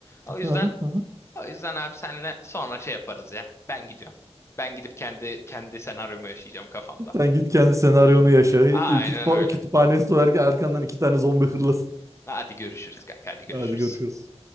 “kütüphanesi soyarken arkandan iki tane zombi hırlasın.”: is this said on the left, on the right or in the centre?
Right